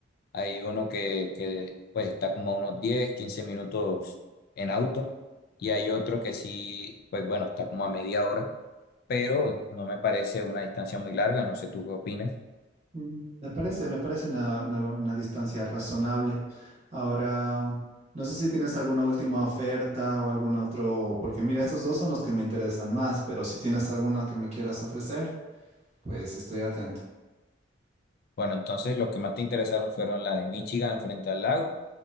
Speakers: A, on the left; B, on the right.
A: hay uno que, que pues está como a unos 10, 15 minutos en auto y hay otro que sí, pues bueno, está como a media hora, pero no me parece una distancia muy larga, no sé tú qué opinas.
B: Mm, Me parece, me parece una, una- una distancia razonable. Ahora, no sé si tienes alguna última oferta o algún otro, porque mira, estos dos son los que me interesan más, pero si tienes alguna que me quieras ofrecer, pues estoy atento.
A: Bueno, entonces los que más te interesaron fueron la de Michigan frente al lago